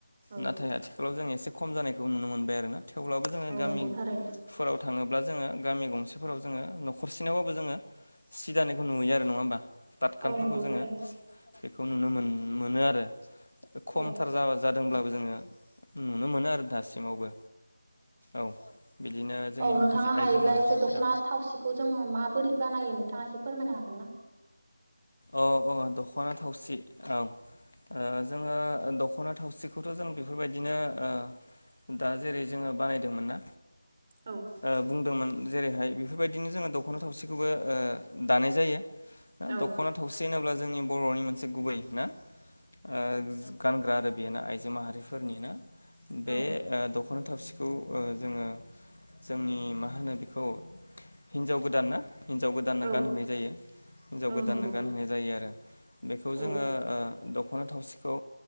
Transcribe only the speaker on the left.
नाथाय आथिखालाव जों एसे खम जानायखौ नुनो मोनबाय आरोना। थेवब्लाबो जोंङो
गामिफोराव
थांङो ब्ला जोंङो गामि गंसेफोराव जोंङो न'खरसेनावबाबो जोंङो सि दानायखौ नुयो आरो नंङा होमबा? तातखालफोरखौ
जोंङो
बेखौ नुनो मोन मोनो आरो। खमथार
जाबा जाद दोंब्लाबो जोंङो नुनो मोनो आरो दासिमावबो औ बिदिनो जोंनि
माखासे आइजो
माहारिफोरा
अ अ दख'ना थावसि औ ओ जोंङो दख'ना थावसिखौथ' जों बेफोरबायदिनो ओ दा जेरै जोंङो बानायदोंमोन ना
ओ बुंदोंमोन जेरै हाय बेफोरबायदिनो जोंङो दख'ना थावसिखौबो ओ दानाय जायो। ना
<unintelligible> होनोब्ला जोंनि बर'नि मोनसे गुबै ना ओ गानग्रा आरो बेनो आइजो माहारिफोरनि ना बे
दख ना थावसिखौ जोङो जोंनि मा होनो बेखौ हिन्जाव गोदान ना हिनजाव गोदाननो
गानहोनाय जायो। हिनजाव गोदाननो
गानहोनाय जायो आरो बेखौ जोङो
ओ दख'ना थावसिखौ